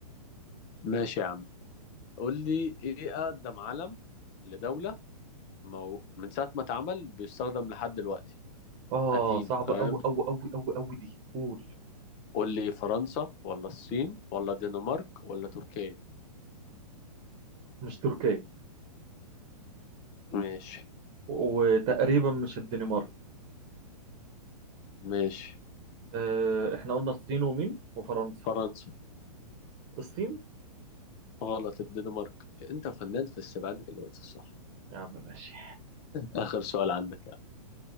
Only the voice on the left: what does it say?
ماشي يا عم قول لي ايه اقدم علم لدولة مو... من ساعة ما اتعمل بيستخدم لحد دلوقتي
قديم
فاهم
قول لي فرنسا ولا الصين ولا الدنمارك ولا تركيا
ماشي
ماشي
فرنسا
غلط الدنمارك انت فنان في استبعاد الاجابات الصح
اخر سؤال عندك يا عم